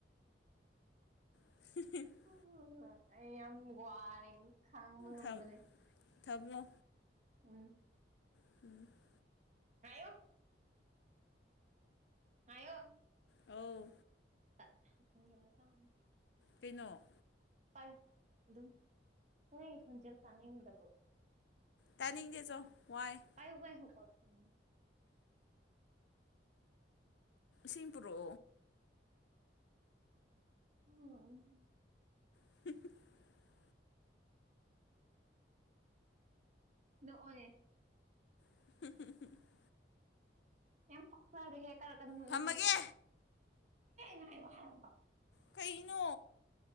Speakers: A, on the left (about 75°); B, on the right (about 40°).
A: <unintelligible>
B: ꯎ ꯑꯩ ꯌꯥꯝ ꯋꯥꯔꯦ ꯈꯥꯡꯕ ꯉꯝꯗ꯭ꯔꯦ
A: ꯊꯝ ꯊꯝꯃꯣ
B: ꯎꯝ
A: <inaudible>
B: ꯍꯥꯏꯌꯣ ꯍꯥꯏꯌꯣ
A: ꯑꯧ
B: ꯁ <unintelligible>
A: ꯀꯩꯅꯣ
B: ꯄꯥꯏꯌꯨ ꯑꯗꯨꯝ ꯅꯣꯏꯒꯤ ꯈꯣꯟꯖꯦꯜ ꯇꯥꯅꯤꯡꯗꯕ꯭ꯔꯣ
A: ꯇꯅꯤꯡꯗꯦꯆꯣ ꯋꯥꯏ
B: <unintelligible>
A: ꯁꯤꯡꯄꯨꯔꯣ
B: <unintelligible>
A: <inaudible>
B: ꯅꯣꯛꯑꯣꯅꯦ
A: <inaudible>
B: ꯌꯥꯝ ꯄꯥꯛꯆꯔꯦꯍꯦ ꯈꯔ ꯀꯟ ꯅꯣꯛꯑꯣꯍꯦ
A: ꯊꯝꯃꯒꯦ
B: ꯉꯥꯏꯌꯣ ꯍꯥꯏꯔꯒ
A: ꯀꯩꯅꯣ